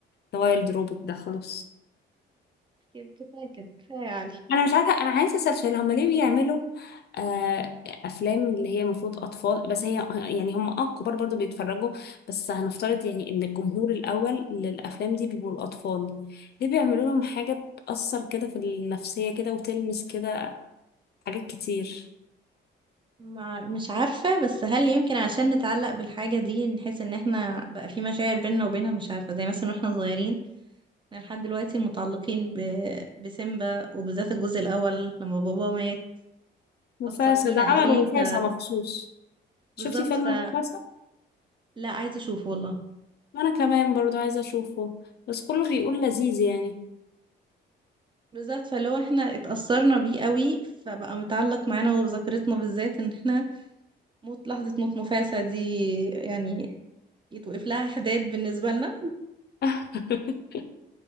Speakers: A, on the left; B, on the right.
A: ذا وايلد روبوت ده خلاص
B: كفاية كده كفاية يا علي
A: انا مش عارفه انا عايزه اسال سؤال هم ليه بيعملوا آه افلام اللي هي المفروض اطفال بس هي يعني هم اه كبار برضو بيتفرجوا بس هنفترض يعني ان الجمهور الاول للافلام دي بيبقوا الاطفال ليه بيعملوا لهم حاجه تاثر كده في النفسيه كده وتلمس كده حاجات كتير
B: مع... مش عارفة بس هل يمكن عشان نتعلق بالحاجة دي نحس ان احنا بقى في مشاعر بيننا وبينها مش عارفة زي مثلا واحنا صغيرين احنا لحد دلوقتي متعلقين ب... بسيمبا وبالذات الجزء الاول لما بابا مات
A: مفاسة
B: أثر فينا
A: ده عملوا
B: قوي
A: مفاسة
B: ف
A: مخصوص شفتي
B: بالظبط
A: فيلم
B: فلا
A: مفاسة
B: عايزة اشوفه والله
A: وانا كمان برضو عايزه اشوفه بس كله بيقول لذيذ يعني
B: بالظبط فلو احنا اتأثرنا بيه قوي فبقى متعلق معانا وبذاكرتنا بالذات ان احنا موت لحظة موت مفاسة دي يعني يتوقف لها حداد بالنسبة لنا
A: <laughs>